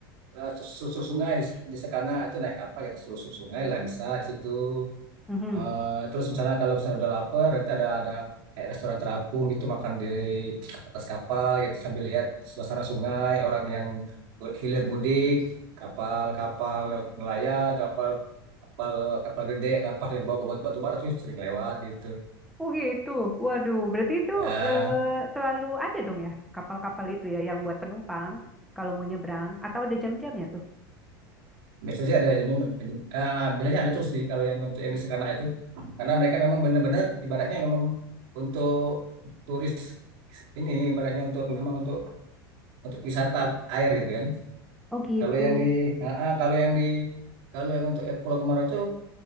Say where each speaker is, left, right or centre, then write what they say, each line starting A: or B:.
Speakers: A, on the right; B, in the centre.
A: eh, susur sungai di, di Sekana itu naik kapal kita susur sungai lah bisa di situ.
B: Mhm.
A: Eh, terus misalnya kalau misalnya udah lapar nanti ada ada kayak restoran terapung gitu makan di atas kapal gitu sambil lihat suasana sungai orang yang hilir mudik kapal-kapal nelayan kapal kapal kapal gede kapal yang bawa batu batu bara tuh sering lewat gitu.
B: Oh gitu. Waduh, berarti itu
A: Ya
B: eh, selalu ada dong ya kapal-kapal itu ya yang buat penumpang kalau mau nyebrang atau ada jam-jamnya tuh.
A: Biasanya sih ada jamnya, jam- eh, biasanya ada terus sih kalau yang untuk yang di Sekana itu, karena mereka memang benar-benar ibaratnya memang untuk turis ini ibaratnya untuk memang untuk untuk wisata air gitu kan.
B: Oh gitu.
A: Kalau yang di ah, ah, kalau yang di kalau yang untuk yang ke Pulau Kemarau itu